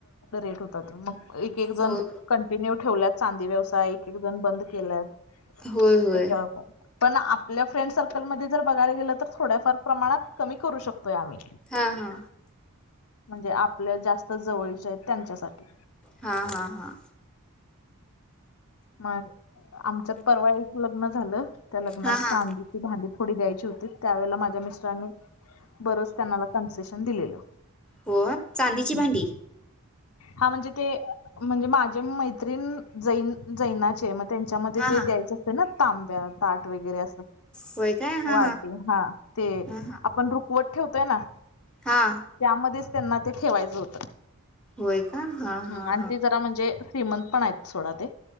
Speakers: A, on the left; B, in the centre.
A: रेट होता. मग एक एक
B: होय
A: जण कंटिन्यू ठेवल्यात. चांदी व्यवसाय एक एक जण बंद केलाय त्याच्यावर
B: होय होय
A: पण आपल्या फ्रेंड सर्कलमध्ये जर बघायला गेलं तर थोड्याफार प्रमाणात कमी करू शकतोय आम्ही
B: हा हा
A: म्हणजे आपल्या जास्त जवळच्यात त्यांच्यासाठी
B: हा हा हा
A: मग, आमच्यात परवा एक लग्न झालं त्या लग्नात
B: हा हा
A: चांदीची भांडी थोडी द्यायची होती. त्यावेेळेला माझ्या मिस्टरांनी बरंच त्यांना ला कन्सेशन दिलेलं
B: होय, चांदीची
A: हम्म.
B: भांडी?
A: हा म्हणजे ते म्हणजे माझी मैत्रीण जैन जैनाचे म त्यांच्यामध्ये
B: हा
A: ते
B: हा
A: द्यायचं असतं ना तांब्या ताट वगैरे असं
B: होय काय हा
A: वाटी हा ते,
B: हा
A: आपण रुकवत ठेवतोय ना?
B: हां
A: त्यामध्येच, त्यांना ते ठेवायचं होतं
B: होय का? हा
A: हम्म
B: हा
A: आणि
B: हा
A: ते जरा म्हणजे श्रीमंत पण आहेत सोडा ते.